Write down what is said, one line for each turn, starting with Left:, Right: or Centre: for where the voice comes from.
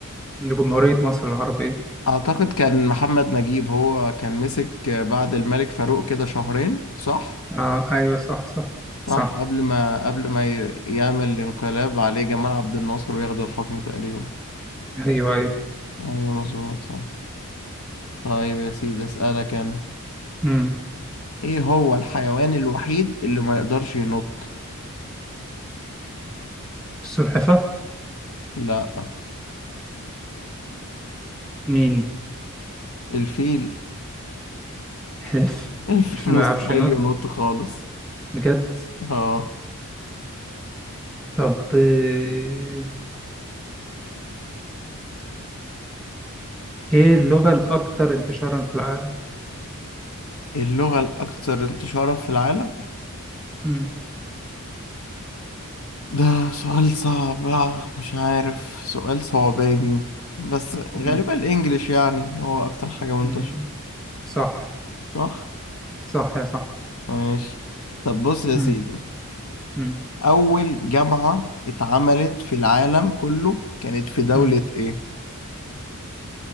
Centre: لجمهورية مصر العربية
Left: أعتقد كان محمد نجيب هو كان مسك بعد الملك فاروق كده شهرين صح؟
Centre: آه أيوة صح صح صح
Left: صح قبل ما قبل ما ي- يعمل الانقلاب عليه جمال عبد الناصر وياخد الحكم تقريبا
Centre: أيوة أيوة
Left: أيوه مظبوط صح طيب يا سيدي أسألك أنا
Centre: أمم
Left: إيه هو الحيوان الوحيد اللي ما يقدرش ينط؟
Centre: السلحفة
Left: لا
Centre: مين
Left: الفيل
Centre: حلف
Left: <laughs> الفيل
Centre: الفيلم
Left: مستحيل
Centre: ما يعرفش ينط
Left: ينط خالص
Centre: بجد
Left: اه
Centre: طب آه، إيه اللغة الأكثر انتشارا في العالم
Left: اللغة الأكثر انتشارا في العالم
Centre: أمم
Left: ده سؤال صعب آه، مش عارف سؤال صعباني بس غالبا
Centre: أمم
Left: الإنجليش يعني هو أكتر حاجة منتشرة
Centre: أمم. صح
Left: صح؟
Centre: صح يا صح
Left: ماشي طب بص يا
Centre: أمم
Left: سيدي
Centre: أمم
Left: أول جامعة اتعملت في العالم كله كانت في دولة
Centre: أمم.
Left: إيه؟